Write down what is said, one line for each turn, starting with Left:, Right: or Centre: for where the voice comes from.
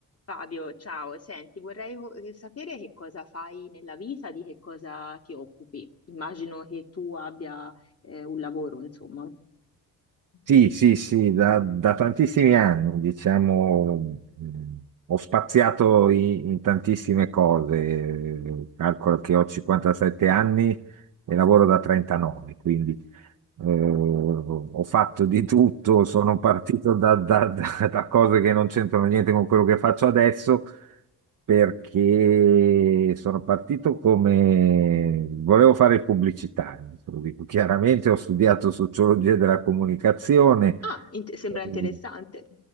Left: Fabio, ciao, senti, vorrei co- eh, sapere che cosa fai nella vita, di che cosa ti occupi. Immagino che tu abbia eh, un lavoro, insomma. Mhm.
Right: Sì, sì, sì, da, da tantissimi anni, diciamo, mh, ho spaziato i- in, tantissime cose. Calcolo che ho 57 anni e lavoro da 39, quindi eh, ho fatto di tutto, sono partito da, da- <laughs> da- da cose che non c'entrano niente con quello che faccio adesso, perché sono partito come volevo fare il pubblicitario, te lo dico chiaramente, ho studiato sociologia della comunicazione.
Left: Ah, int- sembra interessante.
Right: ehm,